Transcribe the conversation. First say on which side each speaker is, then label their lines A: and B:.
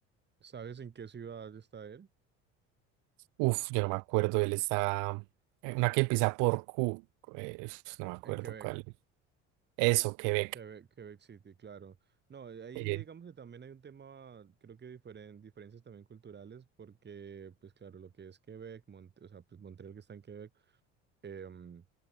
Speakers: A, on the right (about 35°); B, on the right (about 80°).
A: ¿Sabes en qué ciudad está él?
B: Uf, yo no me acuerdo, él está, eh, una que empieza por Q, eh, uf, no me acuerdo
A: En Quebec.
B: cuál. Eso, Quebec.
A: Quebec, Quebec City, claro. No, eh, ahí
B: eh,
A: digamos que también hay un tema, creo que diferen- diferencias también culturales, porque, pues claro, lo que es Quebec, Mont- o sea, pues Montreal que está en Quebec, em,